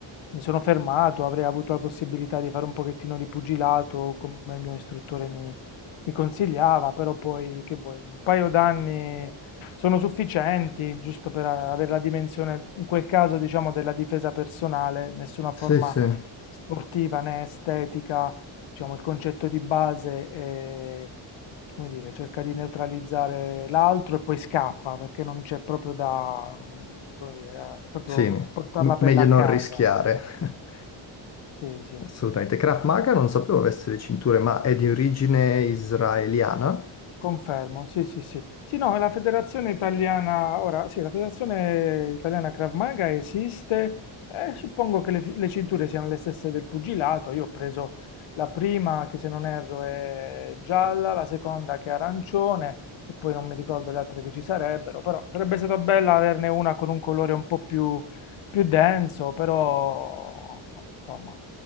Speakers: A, on the left (about 80°); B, on the left (about 35°).
A: mi sono fermato, avrei avuto la possibilità di fare un pochettino di pugilato come il mio istruttore mi, mi consigliava, però poi che vuoi, un paio d'anni sono sufficienti giusto per a- avere la dimensione, in quel caso diciamo della difesa personale, nessuna forma
B: Sì, sì.
A: sportiva né estetica, diciamo il concetto di base. eh, come dire, cerca di neutralizzare l'altro e poi scappa perché non c'è proprio da, mm, come dire, da- è proprio
B: Sì, ne-
A: portare
B: m-
A: la pelle
B: meglio
A: a
B: non
A: casa.
B: rischiare. <laughs>
A: Sì, sì.
B: Assolutamente. Krav Maga non sapevo avesse le cinture, ma è di origine israeliana,
A: Confermo, sì, sì, sì. Sì, no, la Federazione Italiana, ora, sì, la Federazione Italiana Krav Maga esiste, eh, suppongo che le, fi- le cinture siano le stesse del pugilato, io ho preso la prima che se non erro è gialla, la seconda che è arancione e poi non mi ricordo le altre che ci sarebbero, però sarebbe stato bello averne una con un colore un po' più, più denso, però insomma,